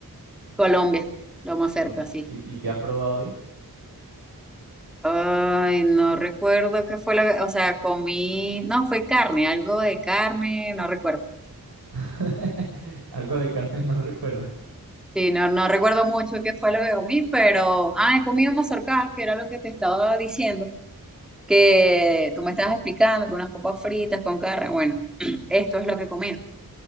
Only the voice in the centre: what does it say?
Colombia, lo más cerca,
sí.
Ay, no recuerdo qué fue la, o sea, comí, no, fue carne, algo de carne, no recuerdo.
Sí, no, no recuerdo mucho qué fue lo que comí, pero, ah, he comido mazorcas, que era lo que te estaba diciendo, que tú me estabas explicando, con unas papas fritas, con carne, bueno, <clears throat> esto es lo que comí